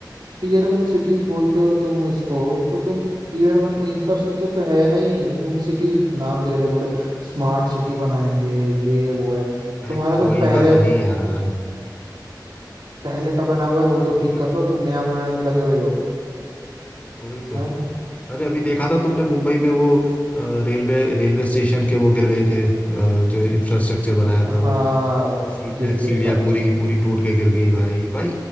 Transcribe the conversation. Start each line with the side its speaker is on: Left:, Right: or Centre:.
Right: tier one cities बोलते हो तुम इसको तो तुम टीयर वन इंफ्रास्ट्रक्चर तो है नहीं तुम सिटीज नाम दे रहे हो बोले स्मार्ट सिटी बनाएंगे ये है वो है
Left: अरे
Right: तुम्हारा जो
Left: कोई
Right: पहले
Left: ना बनी यार
Right: पहले का बना हुआ है वो तो ठीक कर लो तुम नया बनाने में लगे हुए हो
Left: वही तो
Right: हैं
Left: अरे अभी देखा था तुमने मुंबई में वो अ, रेलवे रेलवे स्टेशन के वो गिर गए थे अ, जो इंफ्रास्ट्रक्चर बनाया था वो
Right: हाँ
Left: सीढ़ियाँ
Right: गिर देखा
Left: सीढ़ियाँ
Right: थे
Left: पूरी की पूरी टूट के गिर गई भाई भाई